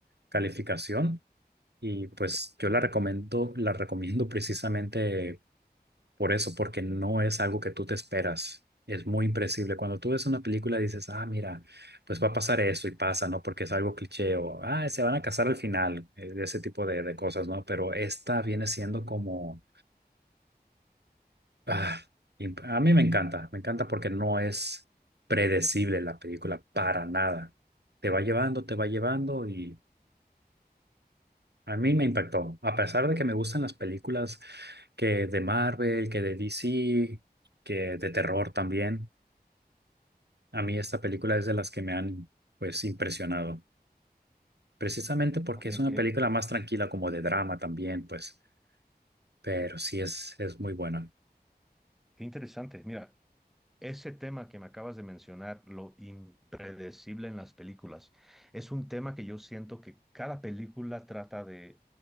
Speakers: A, on the right; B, in the centre.
A: calificación y pues yo la recomiendo, la recomiendo precisamente por eso, porque no es algo que tú te esperas. Es muy impredecible. Cuando tú ves una película dices, ah, mira, pues va a pasar esto y pasa, ¿no? Porque es algo cliché o, ah, se van a casar al final, eh, de ese tipo de, de cosas, ¿no? Pero esta viene siendo como, ah, imp- a mí me encanta, me encanta porque no es predecible la película para nada. Te va llevando, te va llevando y a mí me impactó. A pesar de que me gustan las películas que de Marvel, que de DC, que de terror también. A mí esta película es de las que me han, pues, impresionado. Precisamente porque
B: Ok,
A: es una
B: qué,
A: película más tranquila, como de drama también, pues. Pero sí es, es muy buena.
B: qué interesante. Mira, Ese tema que me acabas de mencionar, lo impredecible en las películas, es un tema que yo siento que cada película trata de,